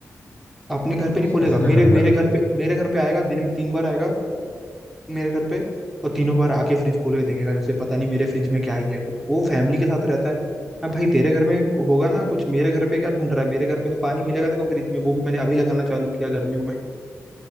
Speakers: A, in the centre; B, on the left (about 25°).
A: अपने घर
B: अच्छा
A: पे नहीं खोलेगा
B: ऐसा क्या
A: मेरे
B: करता
A: मेरे
B: है
A: घर पे मेरे घर पे आएगा दिन में तीन बार आएगा मेरे घर पे और तीनों बार आके फ्रिज खोल के देखेगा जैसे पता नहीं मेरे फ्रिज में क्या ही है वो फैमिली के साथ रहता है अब भाई तेरे घर में होगा ना कुछ मेरे घर पे क्या ढूंढ रहा है मेरे घर पे तो पानी मिलेगा देखो फ्रिज में वो भी मैंने अभी लगाना चालू किया गर्मियों में